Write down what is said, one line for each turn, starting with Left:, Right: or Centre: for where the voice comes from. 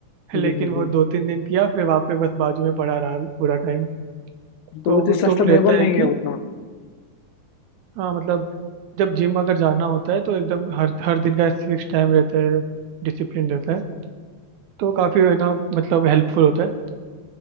Right: लेकिन
Left: हम्म हम्म,
Right: वो
Left: हम्म।
Right: दो तीन दिन किया फिर वहाँ पे बस बाजू में पड़ा रहा पूरा टाइम
Left: हम्म।
Right: तो
Left: तो वो
Right: वो
Left: चीज
Right: तो
Left: सस्टेनेबल
Right: रहता है
Left: नहीं
Right: कि
Left: है उतना
Right: हाँ मतलब जब जिम अगर जाना होता है तो एकदम हर हर दिन का फिक्स टाइम रहता है डिसिप्लिन रहता है तो काफ़ी है ना मतलब हेल्पफुल होता है